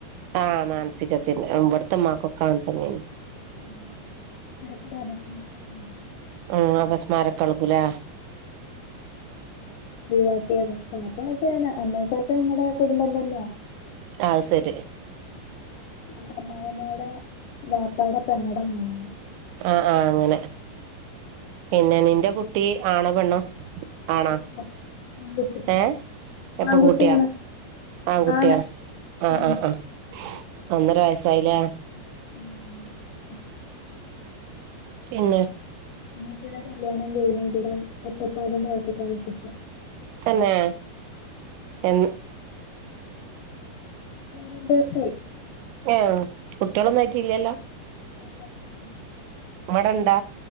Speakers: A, on the right; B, on the left.
A: ആഹ മാനസികതന് ഇവിടത്തെ മാക്കൊക്ക അങ്ങനെതന്നെ ആണ്
B: ഉ എട കുട ബസ <unintelligible>
A: ഉം അപാസ്മരം ഒക്കെ ഇളകും ല്ലേ
B: ഒഴിവാക്കിയത ബാപ്പ വച്ച അമ്മക്കൊക്കെ ങ്ങളടെ കുടുംബം തന്നെയ
A: ആ സരി
B: ഇന്റെ അമ്മായമ്മേടെ വാപ്പാട പെങ്ങട മോനാണ്
A: ആ ആഹ അങ്ങനെ പിന്നെ നിന്റെ കുട്ടി ആണേ പെണ്ണോ ആണാ
B: ആൺകുട്ടിയാ ആൺകുട്ടി
A: ഏ എപ്പൊ
B: ആൺകുട്ടിയാണ്
A: കൂട്ടിയാ ആൺ കുട്ടിയാ
B: ആണ്
A: ആഹ
B: ഉം
A: ആഹ ആഹ ഒന്നര വയസായില്ലേ
B: <unintelligible>
A: പിന്നെ
B: അനിയത്തീടെ കല്യാണം കഴിഞ്ഞു ഇവിടെ ഒറ്റപ്പാലം ഭാഗതിക്ക കഴിച്ചേ
A: തന്നെ ഏ
B: രണ്ട് വർഷമായി
A: എഹ് കുട്ടികളൊന്നും ആയിട്ടില്ലല്ലോ
B: ഗർഭിണിയാണ്
A: ഇവിടെണ്ടാ